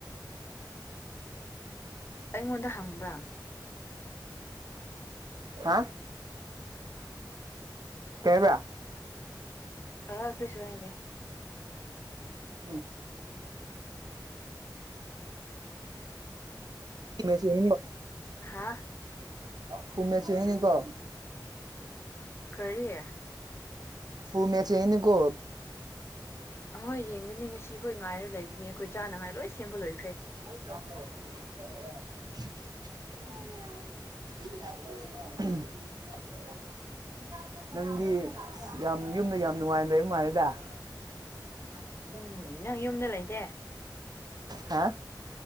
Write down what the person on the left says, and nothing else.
ꯑꯩꯉꯣꯟꯗ ꯍꯪꯕ꯭ꯔꯥ
ꯑ ꯀ꯭ꯔꯤꯁꯨ ꯍꯥꯏꯟꯗꯦ
ꯍꯥꯥ
ꯀꯔꯤꯦ
ꯑꯍꯣꯏ ꯌꯦꯡꯒꯅꯤ ꯉꯁꯤ ꯑꯩꯈꯣꯏ ꯉꯥꯏꯔ ꯂꯩꯕꯅꯤ ꯑꯩꯈꯣꯏ ꯆꯥꯅꯉꯥꯏ ꯂꯣꯏ ꯁꯦꯝꯕ ꯂꯣꯏꯈ꯭ꯔꯦ
ꯎꯝ ꯅꯪ ꯌꯨꯝꯗ ꯂꯩꯇꯦ